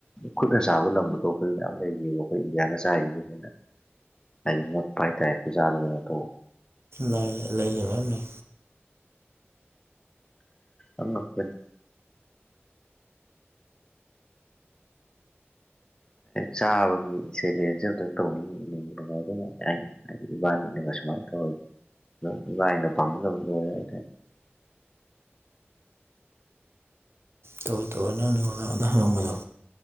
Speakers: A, on the left; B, on the right.
A: ꯈꯨꯠꯅ ꯆꯥꯕ ꯂꯝ ꯑꯇꯣꯞꯄꯗ ꯃꯌꯥꯝ ꯂꯩꯔꯤꯕ ꯑꯩꯈꯣꯏ ꯏꯟꯗꯤꯌꯥ ꯆꯥꯔꯤꯁꯤꯗꯩ ꯍꯦꯟꯅ ꯍꯥꯏꯗꯤ ꯃꯣꯠꯄ ꯍꯥꯏꯇꯥꯔꯦ ꯈꯨꯠꯆꯥꯗꯣ ꯀꯩꯅꯣꯝ ꯇꯧꯕ
B: ꯂꯩ ꯂꯩ ꯂꯩ ꯃꯌꯥꯝ ꯂꯩ
A: ꯑꯉꯥꯛꯄꯅꯤ ꯆꯥꯕꯒꯤ <unintelligible> <inaudible> ꯇꯧꯅꯤꯡꯉꯤ ꯅꯨꯡꯕꯨ ꯅꯨꯡꯉꯥꯏꯗꯧ ꯍꯥꯏꯗꯤ ꯏꯕꯥꯅꯤꯅꯒ ꯁꯨꯃꯥꯏꯅ ꯇꯧꯔꯗꯤ ꯑꯗꯨꯝ ꯏꯕꯅꯤꯅ <unintelligible> ꯍꯥꯏꯇꯥꯔꯦ
B: ꯇꯧꯑꯣ ꯇꯧꯑꯣ ꯅꯪ ꯑꯩꯉꯣꯟꯗ ꯍꯪꯉꯝꯕꯗꯣ